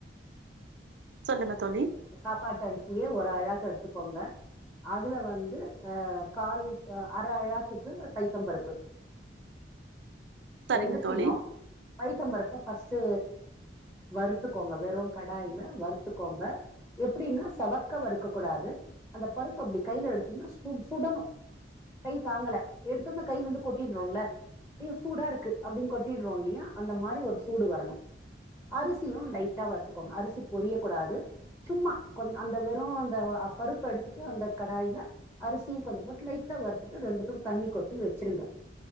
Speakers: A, on the right (about 70°); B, on the left (about 15°).
A: சொல்லுங்க தோழி
B: சாப்பாட்டு அருசியே ஒரு அழாக்கு எடுத்து போங்க அதுல வந்து அ கால் அர அழாக்குக்கு பைத்தம் பருப்பு
A: சரிங்க
B: ரெண்டுத்தையு
A: தோழி
B: பைத்தம்பருப்ப பஸ்ட்டு வறுத்துக்கோங்க வெறு கடாயில வறுத்துக்கோங்க எப்புடின்னா சவக்க வறுக்கக்கூடாது அந்த பருப்பப்டி கைல எடுத்திங்ன்னா சுட் சுடணு கை தாங்கல எடுத்தொம்னா கைலந்து கொட்டிட்றோல்ல இ சூடாரு கு அப்டின் கொட்டிட்றோல்லியா அந்த மாரி ஒரு சூடு வரணு அரிசியு லைட்டா வறுத்துக்கோங்க அரிசி பொரியக்கூடாது சும்மா கொஞ் அந்த வெறு அந்த அ பருப்ப எடுத்துட்டு அந்த கடாயில அரிசியு கொஞ்ச போட்டு லைட்டா வறுத்துட்டு ரெண்டுத்துக்கு தண்ணி கொட்டி வச்சுருங்க